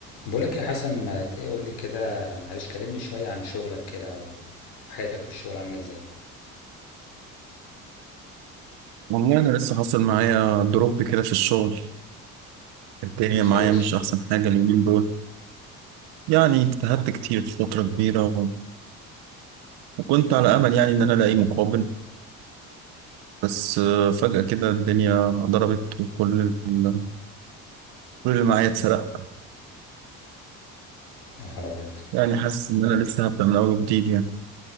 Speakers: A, on the left (about 60°); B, on the right (about 65°).
A: بقولك يا حسن ما تقول لي كده معلش كلمني شوية عن شغلك كده وحياتك في الشغل عاملة ازاي
B: والله أنا لسه حاصل معايا دروب كده في الشغل الدنيا
A: خير
B: معايا مش أحسن حاجة اليومين دول يعني اجتهدت كتير فترة كبيرة و... وكنت على أمل يعني إن أنا ألاقي مقابل بس آه، فجأة كده الدنيا ضربت وكل ال... كل اللي معايا اتسرق
A: يا نهار أبيض
B: يعني حاسس إن أنا لسه هبدأ من أول وجديد يعني